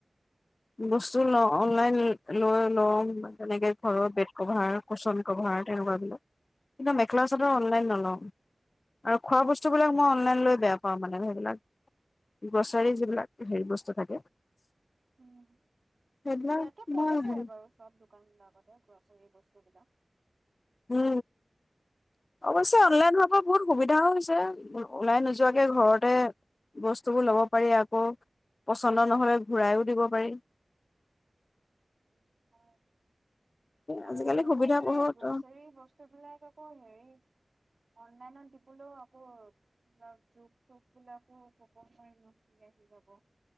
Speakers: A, on the left (about 60°); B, on the right (about 65°).
A: বস্তু ল অনলাইন লৈ লওঁ যেনেকে ঘৰৰ বেড কভাৰ কুচন কভাৰ তেনেকুৱা বিলাক কিন্তু মেখেলা চাদৰ অনলাইন ন <unintelligible> খোৱা বস্তুবিলাক
B: উম
A: মই অনলাইন লৈ বেয়া পাওঁ মানে সেইবিলাক! গ্ৰছাৰী যিবিলাক হেৰি বস্তু থাকে।
B: উম
A: সেইবিলাক
B: ইয়াতে পোৱাই
A: মই
B: যায়
A: হেৰি
B: বাৰু চব দোকান বিলাকতে গ্ৰছৰী বস্তু বিলাক।
A: উ অৱশ্যে অনলাইন হোৱাৰ পৰা বহুত সুবিধাও হৈছে ওলাই নোযোৱাকে ঘৰতে বস্তুবোৰ ল'ব পাৰি আকৌ পছন্দ নহলে ঘূৰাইও দিব পাৰি ।
B: ‍ অঁ
A: আজিকালি
B: আৰু
A: সুবিধা
B: কিন্তু
A: বহুত
B: এই গ্ৰছৰী বস্তুবিলাক আকৌ হেৰি অনলাইনত দিবলৈও আকৌ জোখ-চোখবিলাকো ক'ব নোৱাৰি ন কি আহি যাব!